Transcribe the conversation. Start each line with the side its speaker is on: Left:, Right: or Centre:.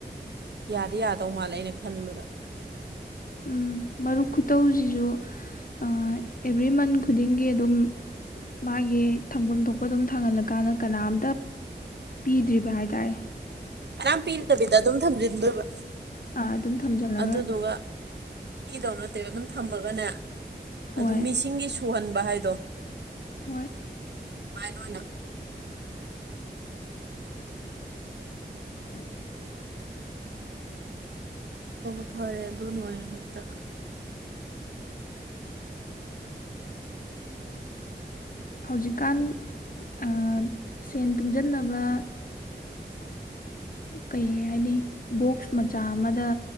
Right: ꯌꯥꯗꯤ ꯌꯥꯗꯧ ꯃꯥꯜꯂꯦ ꯑꯩꯅ ꯈꯟꯕꯗ
Left: ꯎꯝ ꯃꯔꯨꯞ ꯈꯨꯇꯧꯁꯤꯁꯨ ꯑꯦꯚ꯭ꯔꯤ ꯃꯟ ꯈꯨꯗꯤꯡꯒꯤ ꯑꯗꯨꯝ ꯃꯥꯒꯤ ꯊꯪꯐꯝ ꯊꯣꯛꯄ ꯑꯗꯨꯝ ꯊꯥꯡꯍꯜꯂꯀꯥꯟꯗ ꯀꯅꯥꯝꯇ ꯄꯤꯗ꯭ꯔꯤꯕ ꯍꯥꯏ ꯇꯥꯔꯦ
Right: ꯀꯥꯅꯥꯝ ꯄꯤꯗꯕꯤꯗ ꯑꯗꯨꯝ ꯊꯝꯖꯤꯟꯗꯣꯏꯕ
Left: ꯑꯥ ꯑꯗꯨꯝ ꯊꯝꯖꯤꯜꯂꯒ
Right: ꯑꯗꯨꯗꯨꯒ ꯄꯤꯗꯧ ꯅꯠꯇꯦꯕ ꯑꯗꯨꯝ ꯊꯝꯃꯒꯅꯦ
Left: ꯍꯣꯏ
Right: ꯑꯗꯨ ꯃꯤꯁꯤꯡꯒꯤ ꯁꯨꯍꯟꯕ ꯍꯥꯏꯗꯣ
Left: ꯍꯣꯏ
Right: ꯑꯗꯨꯃꯥꯏꯅꯥ ꯑꯣꯏꯅꯥ
Left: ꯎꯝ
Right: ꯑꯎ ꯐꯔꯦ ꯑꯗꯨ ꯅꯨꯉꯥꯏꯅꯥ ꯍꯦꯛꯇꯥ
Left: ꯍꯧꯖꯤꯛꯀꯥꯟ ꯑꯥ ꯁꯦꯟ ꯇꯨꯡꯖꯟꯅꯕ ꯀꯩ ꯍꯥꯏꯅꯤ ꯕꯣꯛꯁ ꯃꯆꯥ ꯑꯃꯗ